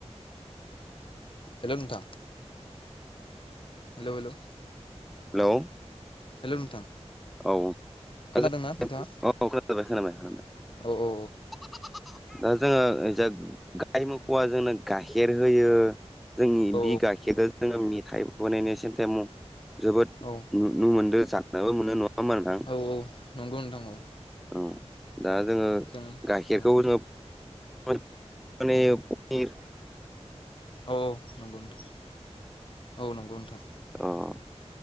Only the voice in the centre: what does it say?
हेलौ।
औ <unintelligible>
खोनाबाय-खोनाबाय खोनादों।
दा जोङो गाय मोखौआ जोंनो गाइखेर होयो। जोंनि
बि गाइखेरदो जोङो मेथाइ बानायनाय सेन्थेम जोबोद
नु नुनो मोनदो जानोबो मोनो नङा होमबा नोंथां।
औ दा जोङो
गाइखेरखौ
जोङो <unintelligible> माने
एर।
अम।